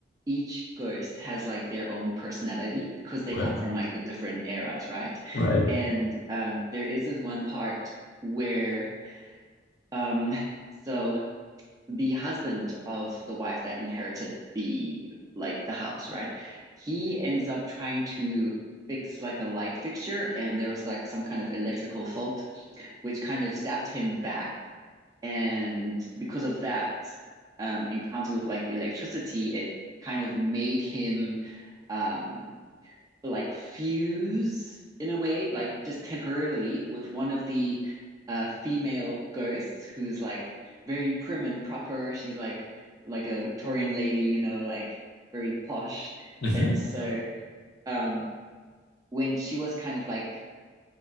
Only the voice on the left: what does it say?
Okay.
Right.
hmm